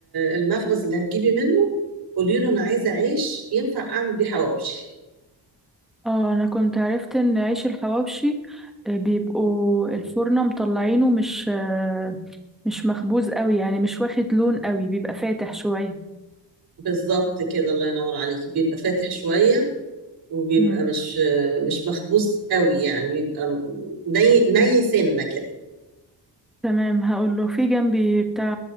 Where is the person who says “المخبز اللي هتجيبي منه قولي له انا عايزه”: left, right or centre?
Right